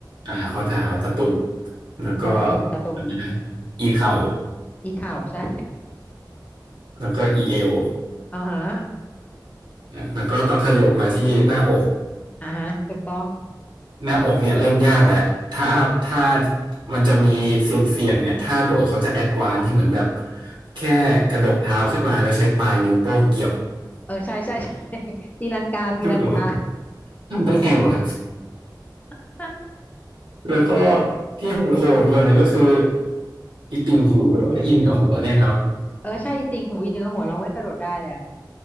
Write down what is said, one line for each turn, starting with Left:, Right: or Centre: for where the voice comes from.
Right: อ่าข้อเท้าตะตุ่มแล้วก็
Left: ใช่ตาตุ่มตาตุ่ม
Right: อาอีเข่า
Left: อีเข่าใช่
Right: แล้วก็อีเอว
Left: <laughs> อ่าฮะ
Right: อ่ะแล้วก็ต้องขยับมาที่หน้าอก
Left: อ่าฮะถูกต้อง
Right: หน้าอกเนี่ยเริ่มยากแล้วถ้าถ้ามันจะมีเซียนเซียนเนี่ยถ้าโดดเขาจะแอดวานซ์ที่เหมือนแบบแค่กระดกเท้าขึ้นมาแล้วใช้ปลายนิ้วโป้งเกี่ยว
Left: เออใช่ใช่ใช่ <laughs> ตีลังกาตีลังกา
Right: คือแบบว่าทำได้ไงวะ
Left: <laughs>
Right: แล้วก็ที่โหดๆไปกว่านั้นก็คืออีติ่งหูแล้วก็อินกับหัวเนี่ยครับ
Left: เออใช่จริงหูยเนื้อหัวเราไม่กระโดดได้เลยอะ